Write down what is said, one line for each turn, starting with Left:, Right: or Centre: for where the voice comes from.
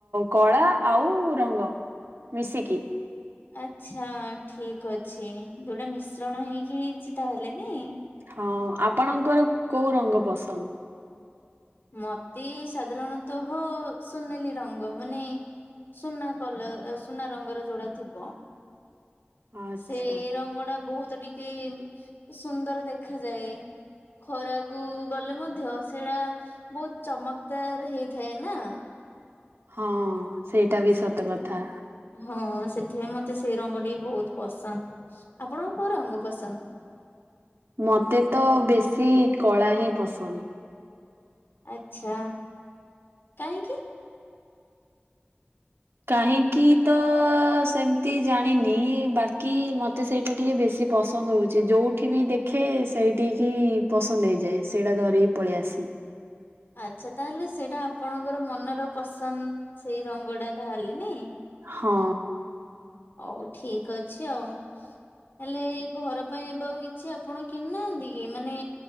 Right: କଳା ଆଉ ରଙ୍ଗ ମିଶିକି
Left: ଆଛା ଠିକ ଅଛି ଗୋଟେ ମିଶ୍ରଣ ହେଇକି ହେଇଛି ତାହେଲେ ନାଇଁ
Right: ହଁ ଆପଣଙ୍କର କୋଉ ରଙ୍ଗ ପସନ୍ଦ?
Left: ମତେ ସାଧାରଣତଃ ହ ସୁନେଲି ରଙ୍ଗ ମାନେ ସୁନା କଲର ସୁନା ରଙ୍ଗର ଯୋଡା ଥିବ।
Right: ଆଚ୍ଛା
Left: ସେ ରଙ୍ଗ ଟା ବହୁତ ତ ଟିକେ ସୁନ୍ଦର ଦେଖାଯାଏ ଖରାକୁ ଗଲେ ମଧ୍ୟ ସେଇଟା ବହୁତ ଚମକଦାର ହେଇଥାଏ ନାଁ।
Right: ହଁ। ସେଇଟା ବି
Left: ସେଠି
Right: ସତ କଥା
Left: ହଁ। ସେଥିପାଇଁ ମତେ ସେଇ ରଙ୍ଗଟି ବହୁତ ପସନ୍ଦ ଆପଣଙ୍କ କୋଉ ରଙ୍ଗ ପସନ୍ଦ?
Right: ମୋତେ ତ ବେଶୀ କଳା ହିଁ ପସନ୍ଦ।
Left: ଆଛା କାହିଁକି? । <unintelligible>
Right: କାହିଁକି ତ ସେମିତି ଜାଣିନି ବାକି ମତେ ସେଇଟା ଟିକେ ବେ ବେଶୀ ପସନ୍ଦ ହଉଛି ଯଉଠି ବି ଦେଖେ ସେଇଠିକି ପସନ୍ଦ ହେଇଯାଏ ସେଇଟା ଧରିିକି ପଳେଇ ଆସେ ଛି
Left: ଆଚ୍ଛା ତାହେଲେ ସେଇଟା ଆପଣଙ୍କର ମନର ପସନ୍ଦ। ସେଇ ରଙ୍ଗ ଟା ତାହଲେ ନାଇଁ?
Right: ହଁ।
Left: ହଉ ଠିକ ଅଛି ଆଉ ହେଲେ ଘର ପାଇଁ ଏବା ଆଉ କିଛି ଆପଣ କିଣିନାହାନ୍ତି କି ମାନେ